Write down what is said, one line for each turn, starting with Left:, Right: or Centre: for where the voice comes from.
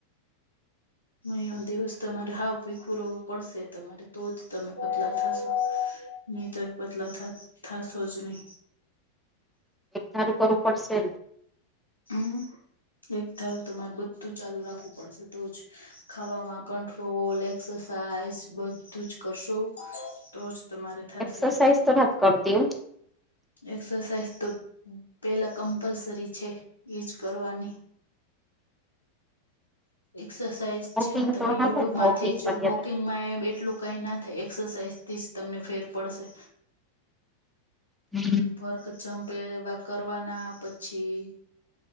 Left: મહિનો દિવસ તમારે હાવ ભીખું રવું પડશે, તમારે તો જ તમે પતલા થશો. નહી તર પતલા થાસોજ નય <unintelligible>
Centre: ચાલુ કરવું પડશે.
Left: હમ, એક ધારું તમારે બધું ચાલુ રાખવું પડશે, તો જ ખાવામાં કંટ્રોલ એક્સરસાઇઝ બધું જ કરશો તો. તમારે થશે.
Centre: એક્સરસાઇઝ તો નથી કરતી હું
Left: એક્સરસાઇઝ તો પેલા કમ્પલસરી છે. એ જ કરવાની. એક્સરસાાઈઝ છે
Centre: વોકિંગ
Left: ને, તમે
Centre: તો હાલે
Left: યુટ્યુબ માંથી
Centre: વોકિંગ
Left: જ
Centre: કરીએ
Left: હોકિંગમાં એ એટલું. કઈ ના થાય, એક્સરસાઇઝ થી જ તમને ફેર પડશે.
Centre: હમ.
Left: વર્ક જમપ એવા કરવાના પછી